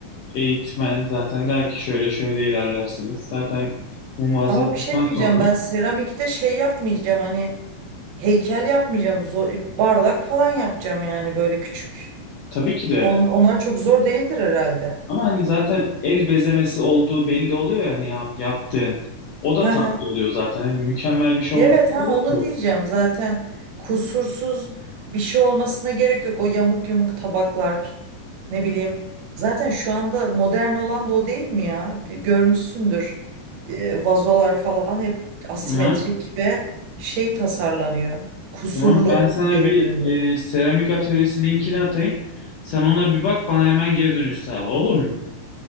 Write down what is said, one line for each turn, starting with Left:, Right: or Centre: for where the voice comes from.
Left: eğitmen zaten der ki şöyle şöyle ilerlersiniz. Zaten mum hazırladıktan
Right: Ama bir şey diyeceğim
Left: sonra
Right: ben seramikte şey yapmayacağım hani Heykel yapmayacağım. zo- bardak falan yapacağım yani böyle küçük.
Left: tabii ki de
Right: On, onlar çok zor değildir herhalde.
Left: ama hani zaten el bezemesi olduğu belli oluyor yani ya hani ya- yaptığın. O da
Right: Hı
Left: tatlı
Right: hı.
Left: oluyor zaten. Hani mükemmel bir şey
Right: Evet
Left: olması
Right: ha
Left: gerek
Right: onu
Left: yok.
Right: diyeceğim zaten kusursuz bir şey olmasına gerek yok o yamuk yumuk tabaklar ne bileyim zaten şu anda modern olan da o değil mi ya G- görmüşsündür Ee, vazolar falan hep asimetrik
Left: Tamam.
Right: ve şey tasarlanıyor kusurlu
Left: Tamam. Ben sana
Right: görünümlü.
Left: bir e, seramik atölyesi linkini atayım. Sen ona bir bak, bana hemen geri dönüş sağla, olur mu?